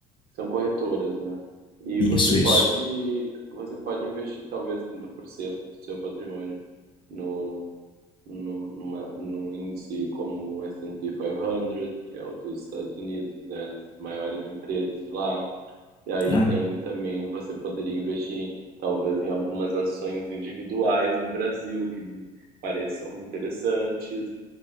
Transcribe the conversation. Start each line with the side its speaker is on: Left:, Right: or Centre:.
Right: São corretoras, né? E
Left: Isso,
Right: você pode,
Left: isso.
Right: você pode investir talvez 30% do seu patrimônio no, no, numa, num índice como o S&P 500, que é o dos Estados Unidos, né, das maiores empresas de lá. E aí
Left: É.
Right: tem também, você poderia investir talvez em algumas ações individuais no Brasil que lhe pareçam interessantes,